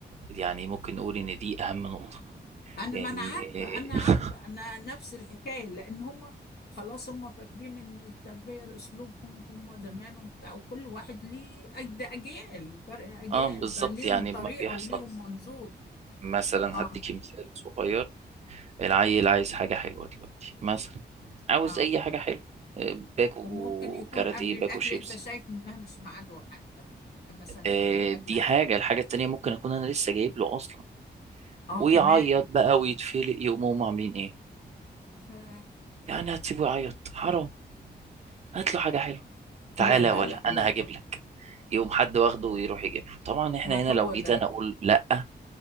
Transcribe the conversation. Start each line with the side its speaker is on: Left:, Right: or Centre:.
Right: يعني ممكن نقول إن دي أهم نقطة
Left: انا
Right: إن
Left: ما انا عارفه انا
Right: <laughs>
Left: عارفه انا نفس الحكايه لان هم خلاص هم فاكرين ان التربيه اسلوبهم هم زمان وبتاع وكل واحد ليه أج- ده اجيال فرق اجيال
Right: آه بالظبط
Left: فليهم
Right: يعني
Left: طريقه
Right: ما بيحصل
Left: وليهم منظور
Right: مثلا
Left: اه
Right: هديكي مثال صغير العيل عايز حاجة حلوة دلوقتي مثلا عاوز
Left: اه
Right: أي حاجة حلوة آه، باكو
Left: وممكن يكون
Right: كاراتيه
Left: قبل الاكل
Right: باكو شيبسي
Left: انت شايف منها مش ميعاده حتى مثلا
Right: آه،
Left: قبل الاكل
Right: دي حاجة الحاجة التانية ممكن أكون أنا لسه جايب له أصلا
Left: اه
Right: ويعيط
Left: كمان
Right: بقى ويتفلق يقوموا هم عاملين إيه
Left: يا-
Right: يعني هتسيبه يعيط حرام هات له حاجة حلوة تعالى
Left: لا لا
Right: يا ولا
Left: لا لا
Right: انا هجيب
Left: لا
Right: لك يقوم حد واخده ويروح يجيب له طبعا احنا
Left: ما
Right: هنا
Left: هو
Right: لو جيت
Left: ده
Right: انا اقول لا